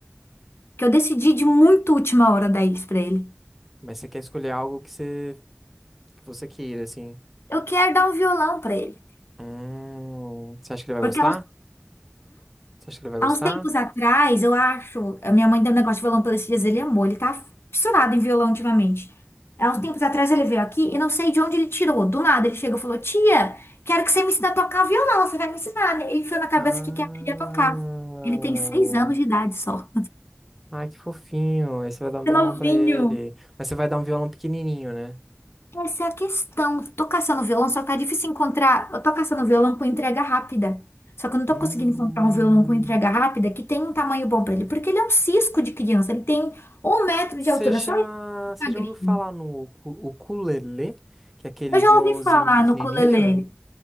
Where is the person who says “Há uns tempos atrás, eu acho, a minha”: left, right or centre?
Left